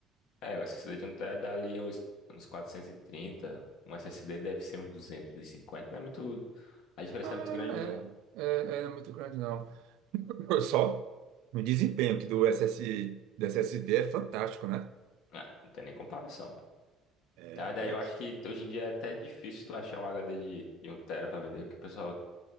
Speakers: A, on the left; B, on the right.
A: É, o SSD de um tera dá ali uns, uns quatrocentos e trinta um SSD deve ser uns 250, não é muito... A diferença
B: Ah,
A: não é muito grande, não.
B: é, é, é muito grande, não. Só o desempenho aqui do SS, do SSD é fantástico, né?
A: É, não tem nem comparação, pô.
B: É,
A: Na verdade,
B: é.
A: eu acho que hoje em dia é até difícil tu achar um HD de, de um tera pra vender, porque o pessoal,